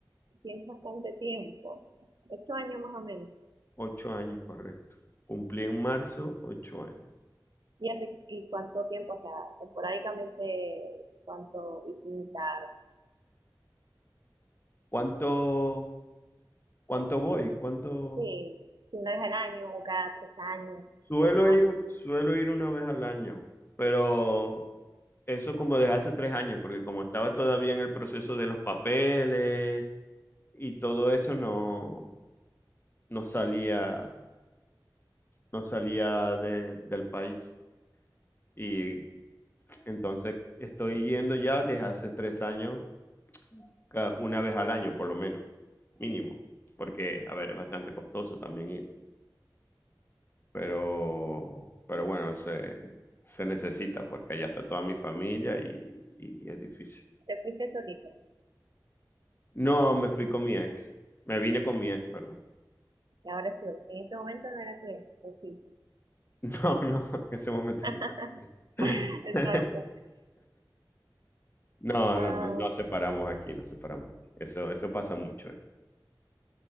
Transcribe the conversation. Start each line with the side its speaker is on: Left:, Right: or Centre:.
Right: tienes bastante tiempo, ocho años más o menos.
Left: Ocho años, correcto. Cumplí en marzo, ocho años.
Right: ¿Y, hace, y cuánto tiempo? O sea, esporádicamente, ¿cuánto visitas?
Left: ¿Cuánto, cuánto voy? ¿Cuánto?
Right: Sí, una vez al año o cada tres años,
Left: Suelo
Right: dos
Left: ir,
Right: años.
Left: suelo ir una vez al año, pero eso como desde hace tres años, porque como estaba todavía en el proceso de los papeles y todo eso, no, no salía no salía de- del país. Y entonces estoy yendo ya desde hace tres años, ca- una vez al año por lo menos, mínimo, porque, a ver, es bastante costoso también ir, pero, pero bueno, se, se necesita porque allá está toda mi familia y, y es difícil.
Right: Te fuiste solito
Left: No, me fui con mi ex, me vine con mi ex, perdón.
Right: y ahora sube. En este momento no era sube, o sí.
Left: <laughs> No, no, en ese momento
Right: <laughs>
Left: no era.
Right: Exacto.
Left: <laughs> No,
Right: Ah,
Left: no, no, nos separamos aquí, nos separamos. Eso, eso pasa mucho, ¿eh?